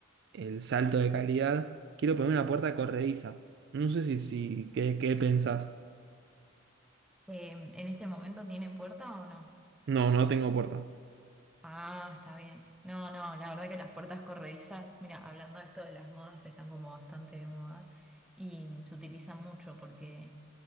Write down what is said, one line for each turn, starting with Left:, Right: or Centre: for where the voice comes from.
Right: el salto de calidad, quiero poner una puerta corrediza. No sé si, si ¿qué, qué pensás?
Centre: eh, en este momento tienen puerta o no?
Right: No, no tengo puerta.
Centre: Ah, está bien. No, no, la verdad que las puertas corredizas, mira, hablando de esto de las modas, están como bastante de moda y se utilizan mucho porque